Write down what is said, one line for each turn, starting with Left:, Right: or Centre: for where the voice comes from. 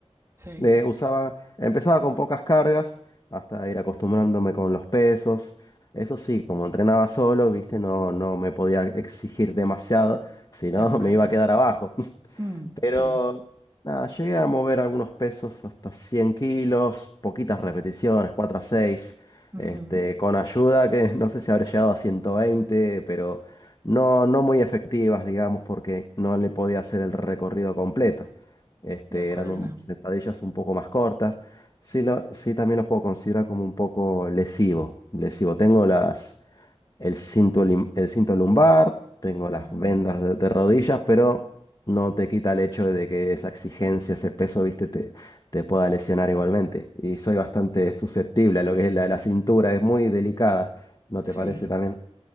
Right: sí,
Left: Eh, usaba, empezaba con pocas cargas hasta ir acostumbrándome con los pesos. Eso sí, como entrenaba solo, viste, no, no me podía exigir demasiado, si no
Right: de acuerdo.
Left: <laughs> me iba a quedar abajo.
Right: Mm,
Left: Pero
Right: sí,
Left: nada, llegué a mover algunos pesos hasta 100 kilos, poquitas repeticiones, 4 a seis
Right: ujú,
Left: este, con ayuda que <laughs> no sé si habré llegado a ciento veinte pero no, no muy efectivas, digamos, porque no le podía hacer el recorrido completo. Este,
Right: de acuerdo.
Left: eran un- sentadillas un poco más cortas. Sí, lo- sí, también los puedo considerar como un poco lesivo. Lesivo. Tengo las el cinto, lim- el cinto lumbar, tengo
Right: Ujú,
Left: las vendas de, de rodillas, pero no te quita el hecho de que esa exigencia, ese peso, viste, te, te pueda lesionar igualmente. Y soy bastante susceptible a lo que es la, la cintura, es muy delicada, ¿no te
Right: Sí,
Left: parece también?